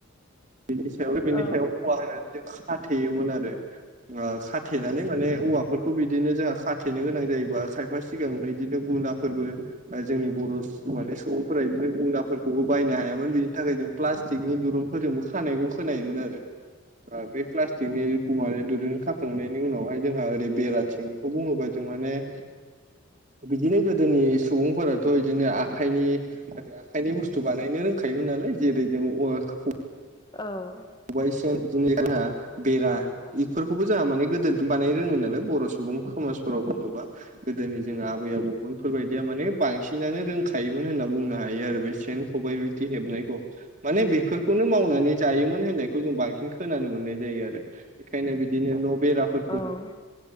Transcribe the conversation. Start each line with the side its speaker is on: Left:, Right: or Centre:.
Right: बेनि सायावबो बिनि
Left: औ
Right: सायाव औवा होनानै जों खाथेयोमोन आरो खाथेनानै माने औवाफोरखौ बिदिनो जोंहा खा थेनो गोनां जायोबा खायफा सिगां बिदिनो गुना फोरबो जोंनि बर' माने सुबुंफोरा बिदिनो गुनाफोरखौबो बायनो हायामोन बेनि थाखाय जों प्लास्टिकनि दुरुंफोरजोंबो खानायखौ खोनायोमोन आरो ओ बे प्लास्टिकनि औवानि दुरुंजों खाखांनायनि उनावहाय जोंहा ओरै बेराथिं खौ बुङोब्ला जों माने बिदिनो गोदोनि सुबुंफोराथ' बिदिनो आखाइनि आरो आखाइनि बुसथु बानायनो रोंखायोमोन नालाय जेरै जों औवाखौ
Left: औ
Right: खबाइ सेन बिदिनो जोंहा बेरा बेफोरखौबो जोंहा माने गोदोनि बानाय रोङो नालाय बर' सुबुं समाजफोराव बुङोबा गोदोनि जोंहा आबै आबौमोनफोरबायदिया माने बांसिन बांनानो रोंखायोमोन होनना बुंनो हायो आरो बे सेन खबाइ बिदि हेबनायखौ माने बेफोरखौनो मावनानै जायोमोन होननायखौ जों बांसिन खोनानो मोननाय जायो आरो बेखायनो बिदिनो न' बेराफोरखौ
Left: औ